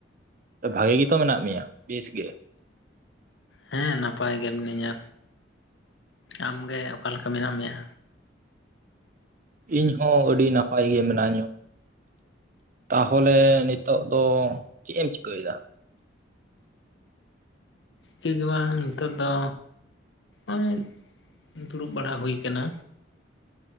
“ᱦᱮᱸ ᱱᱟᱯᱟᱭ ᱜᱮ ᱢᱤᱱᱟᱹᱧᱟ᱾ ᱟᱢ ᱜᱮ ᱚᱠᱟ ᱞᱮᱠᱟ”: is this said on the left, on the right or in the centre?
Left